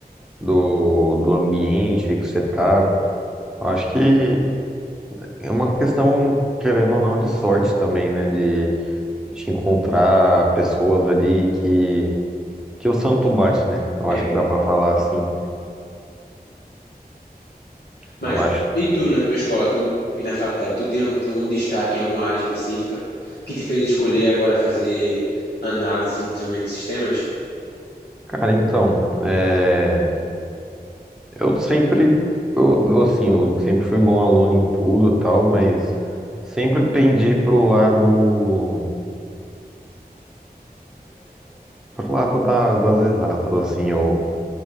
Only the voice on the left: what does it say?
É.
Mas
e tu na, na escola, tu e na faculdade, tu tem, tem algum destaque em alguma área específica que te fez escolher agora fazer análise de desenvolvimento de sistemas?